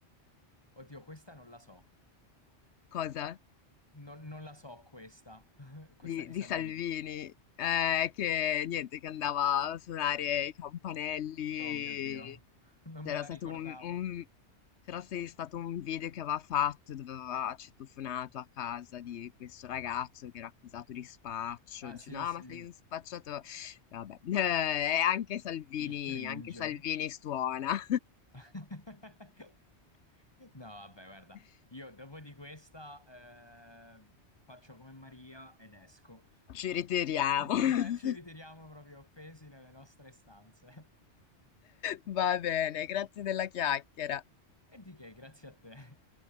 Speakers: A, on the left; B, on the left.
A: Oddio, questa non la so.
B: Cosa?
A: Non, non la so questa, <laughs> questa
B: Di,
A: di
B: di
A: Salvini.
B: Salvini, eh, che niente, che andava a suonare i campanelli.
A: Oh mio Dio, <laughs> non
B: C'era
A: me la
B: stato
A: ricordavo.
B: un, un- c'era se- stato un video che aveva fatto dove aveva citofonato a casa di questo ragazzo che era accusato di spaccio,
A: Ah
B: dice
A: sì,
B: no,
A: sì,
B: ma sei un spacciatore. Vabbè, <laughs> eh, e anche Salvini,
A: il cringe.
B: anche Salvini suona.
A: <laughs> No, vabbè, guarda,
B: <laughs>
A: io dopo di questa eh, faccio come Maria ed esco.
B: Ci ritiriamo.
A: <laughs>
B: <laughs>
A: Ci ritiriamo proprio offesi nelle nostre stanze.
B: Va bene, grazie della chiacchiera.
A: E di che, grazie a te.